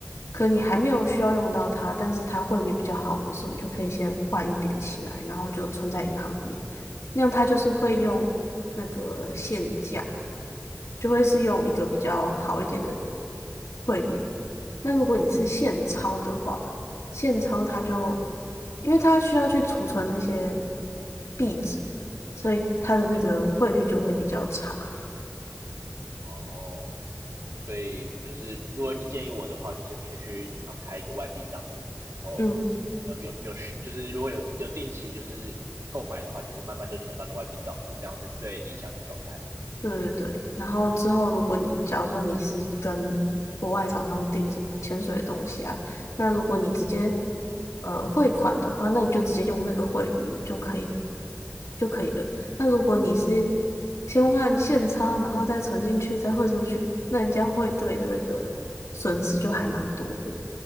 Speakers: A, on the left (about 80°); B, on the right (about 80°).
A: 可你还没有需要用到它，但是它汇率比较好的时候，你就可以先换一点起来，然后就存在银行里面，那样它就是会用那个现价。就会是用一个比较好一点的汇率。那如果你是现钞的话，现钞它就，
B: 嗯，
A: 因为它需要去储存那些币值，所以它的那个汇率就会比较差。
B: 对，哦。所以就是如果你建议我的话，就是可以去银行开一个外币账户，然后
A: 嗯。
B: 然后有有就是如果有有定期就是购买的话，就是慢慢就存到那外币账户，这样是最理想的状态。
A: 对对对，然后之后，如果你假如说你是跟国外厂商订什么潜水的东西啊，那如果你直接呃汇款的话，那你就直接用那个汇率就可以就可以了。那如果你是先换现钞，然后再存进去，再汇出去，那你这样汇兑的那个损失就还蛮多的。